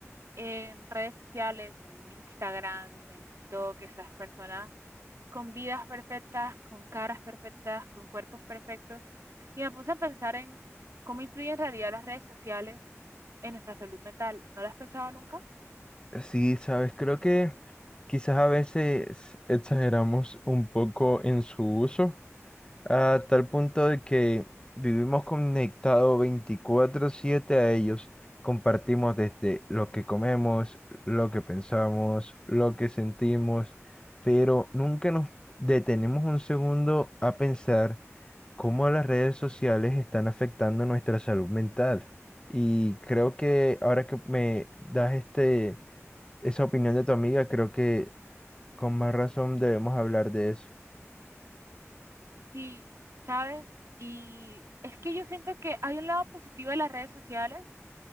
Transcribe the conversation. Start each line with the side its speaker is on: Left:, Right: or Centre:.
Right: en redes sociales, en Instagram, en TikTok, esas personas con vidas perfectas, con caras perfectas, con cuerpos perfectos. Y me puse a pensar en cómo influyen en realidad las redes sociales en nuestra salud mental. ¿No lo has pensado nunca?
Left: Sí, sabes, creo que quizás a veces exageramos un poco en su uso, a tal punto de que vivimos conectados veinticuatro siete a ellos. Compartimos desde lo que comemos, lo que pensamos, lo que sentimos, pero nunca nos detenemos un segundo a pensar cómo las redes sociales están afectando nuestra salud mental. Y creo que ahora que me das este esa opinión de tu amiga, creo que con más razón debemos hablar de eso.
Right: Sí, ¿sabes? Y es que yo siento que hay un lado positivo de las redes sociales